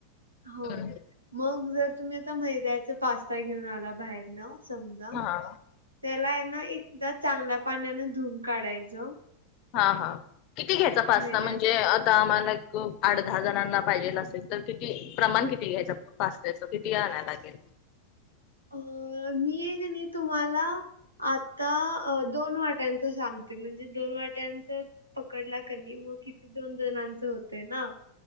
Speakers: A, on the right; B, on the left.
A: होय
B: हम्म
A: मग जर तुम्ही आता मैद्याचा पास्ता घेऊन आला बाहेरनं समजा
B: हा
A: त्याला आहे ना एकदा चांगल्या पाण्यानं धुन काढायचं.
B: हा हा किती घ्यायचा पास्ता
A: मैदा
B: म्हणजे अत आता आम्हाला एक आठ दहा जणांना पाहिजेला असेल तर किती प्रमाण किती घ्यायचं. पस्त्याच किती आणाय लागेल?
A: अ मी कणी तुम्हाला आता दोन वाट्यांच सांगते म्हणजे दोन वाट्यांचं पकडला कनी मग किती दोन जणांचं होतय ना.